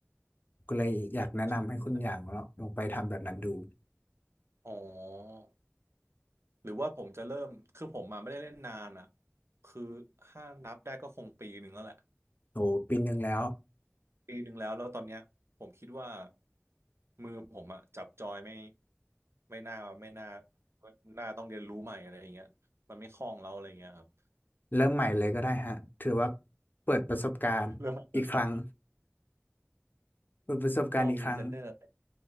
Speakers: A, on the left; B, on the right.
A: ก็เลยอยากแนะนำให้คุณอย่างลองลองไปทำแบบนั้นดู
B: ใช่อ๋อหรือว่าผมจะเริ่มคือผมมาไม่ได้เล่นนานอ่ะคือถ้านับได้ก็คงปีหนึ่งแล้วแหละ
A: โอ้ปีหนึ่งแล้ว
B: ปีหนึ่งแล้วแล้วตอนเนี้ยผมคิดว่ามือผมอะจับจอยไม่ไม่น่าไม่น่าน่าต้องเรียนรู้ใหม่อะไรอย่างเงี้ยมันไม่คล่องแล้วอะไรอย่างเงี้ยครับ
A: <clears throat> เริ่มใหม่เลยก็ได้ฮะถือว่าเปิดประสบการณ์อีกครั้ง
B: เริ่มอัปเดต
A: เปิดประสบการณ์อีกครั้ง
B: รอบนี้จะเล่นอะไร